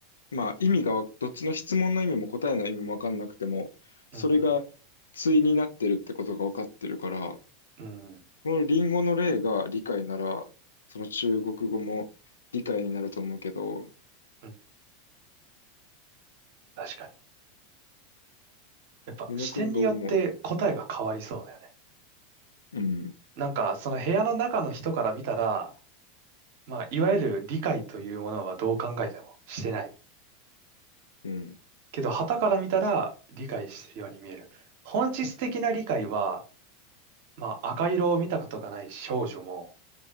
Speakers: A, on the left (about 75°); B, on the right (about 55°).
A: まあ意味がわ、どっちの質問の意味も答えの意味もわかんなくても、それが対になってるってことがわかってるから、
B: うん。うん。うん
A: このリンゴの例が理解なら、その中国語も理解になると思うけど、
B: うん確かに。やっぱ視点によって答えが変わりそうだよね。
A: 宇野くんどう思ううん、
B: なんか、その部屋の中の人から見たら、まあ、いわゆる理解というものはどう考えてもしてない。
A: うん、
B: けど、傍から見たら理解してるように見える。本質的な理解は、まあ、赤色を見たことがない少女も、